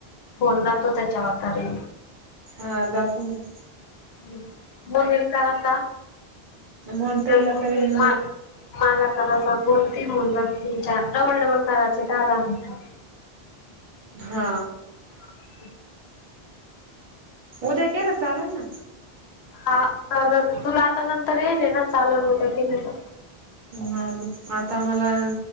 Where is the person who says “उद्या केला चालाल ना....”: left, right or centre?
Right